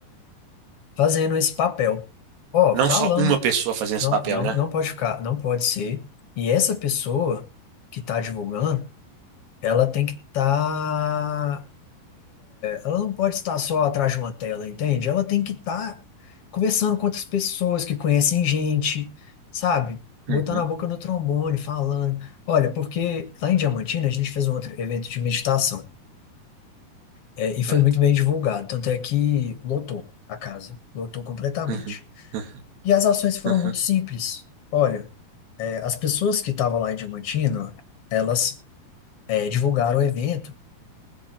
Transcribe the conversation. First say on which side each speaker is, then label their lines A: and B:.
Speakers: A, on the left; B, on the right.
A: fazendo esse papel. Ó,
B: Não
A: falando,
B: só uma pessoa fazendo
A: não,
B: esse papel,
A: não,
B: né?
A: não pode ficar, não pode ser. E essa pessoa que está divulgando, ela tem que estar ela não pode estar só atrás de uma tela, entende? Ela tem que estar conversando com outras pessoas que conhecem gente, sabe? Botando
B: Uhum,
A: a boca no trombone, falando. Olha, porque lá em Diamantina a gente fez um outro evento de meditação, é, e
B: certo.
A: foi muito bem divulgado, tanto é que lotou a casa, lotou completamente.
B: Uhum, uhum,
A: E as ações foram
B: uhum.
A: muito simples. Olha, é, as pessoas que estavam lá em Diamantina, elas é, divulgaram o evento.